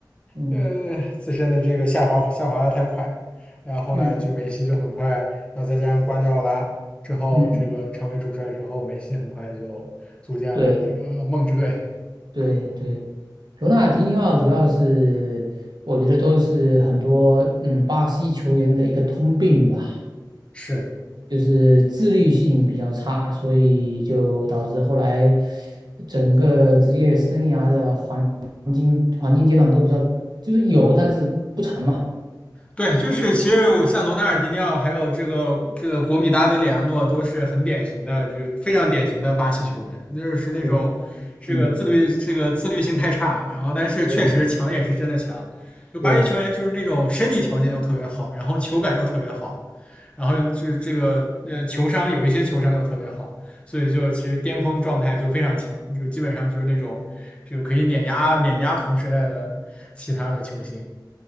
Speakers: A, on the right; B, on the left.
A: 嗯
B: 呃，自身的这个下滑下滑的太快，然后后来就梅西就很快，
A: 嗯
B: 然后再加上瓜迪奥拉之后，
A: 嗯，
B: 这个成为主帅之后，梅西很快就组建了这个梦之队。
A: 对对对，嗯嗯嗯，对对对。罗纳尔迪尼奥主要是，我觉得都是很多嗯巴西球员的一个通病吧，
B: 是，
A: 就是自律性比较差，所以就导致后来整个职业生涯的黄金黄金阶段都比较，就是有，但是不长嘛。
B: 对，就是其实我像罗纳尔迪尼奥，还有这个这个国米搭的里昂诺，都是很典型的，这个非常典型的巴西球员，就是那种这个自律这个自律性太差，
A: 嗯嗯，
B: 然后但是确实强也是真的强。
A: 对
B: 就巴西球员就是那种身体条件又特别好，
A: 对，
B: 然后球感又特别好，然后就是这个呃球商有一些球商又特别好，所以就其实巅峰状态就非常强，就基本上就是那种这个可以碾压碾压同时代的其他的球星。